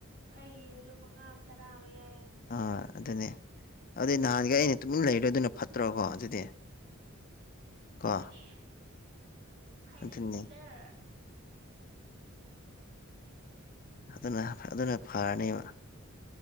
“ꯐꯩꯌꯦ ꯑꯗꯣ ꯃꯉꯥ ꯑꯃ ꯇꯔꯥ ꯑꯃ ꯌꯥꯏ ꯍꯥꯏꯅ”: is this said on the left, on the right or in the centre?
Right